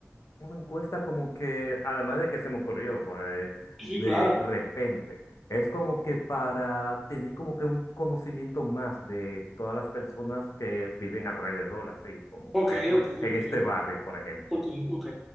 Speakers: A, on the left; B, in the centre.
A: una encuesta como que, además de que se me ocurrió, pues,
B: Sí,
A: de
B: claro.
A: repente, es como que para tener como que un conocimiento más de todas las personas que viven alrededor, así como,
B: Ok,
A: por ejemplo,
B: ok, ok,
A: en este barrio, por ejemplo.
B: ok, ok.